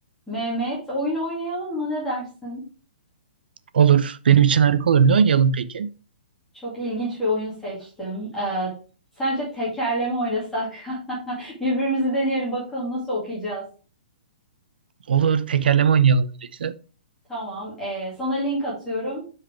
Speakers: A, in the centre; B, on the right.
A: Mehmet, oyun oynayalım mı? Ne dersin?
B: Olur. Benim için harika olur. Ne oynayalım peki?
A: Çok ilginç bir oyun seçtim. Ee, sence tekerleme oynasak? <laughs> Birbirimizi deneyelim bakalım nasıl okuyacağız.
B: Olur. Tekerleme oynayalım öyleyse.
A: Tamam. ee, sana link atıyorum.